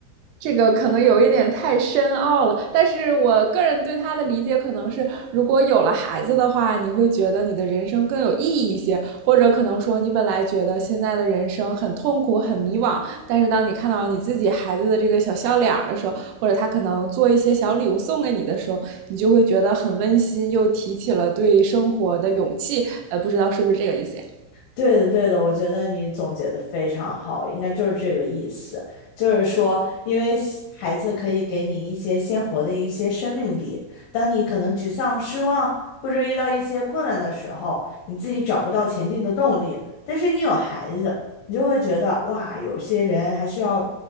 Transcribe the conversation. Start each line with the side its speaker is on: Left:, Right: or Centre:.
Right: 这个可能有一点太深奥了，但是我个人对他的理解可能是，如果有了孩子的话，你会觉得你的人生更有意义一些，或者可能说你本来觉得现在的人生很痛苦、很迷惘，但是当你看到你自己孩子的这个小笑脸的时候，或者他可能做一些小礼物送给你的时候，你就会觉得很温馨，又提起了对生活的勇气。呃，不知道是不是这个意思呀？
Left: 对的，对的，我觉得你总结的非常好，应该就是这个意思，就是说，因为西孩子可以给你一些鲜活的一些生命力，当你可能沮丧、失望或者遇到一些困难的时候，你自己找不到前进的动力，但是你有孩子，你就会觉得哇，有些人还需要